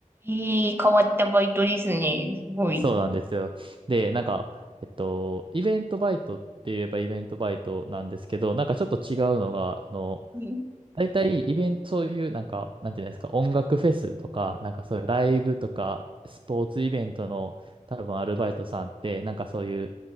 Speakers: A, on the right; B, on the right.
A: ええ変わったバイトですね。すごい。
B: そうなんですよ。で、なんか、えっと、イベントバイトって言えばイベントバイトなんですけど、なんかちょっと違うのが、あの、
A: うん
B: 大体イベント、そういうなんか、なんていうんですか、音楽フェスとか、なんかそういうライブとか、スポーツイベントの多分アルバイトさんって、なんかそういう、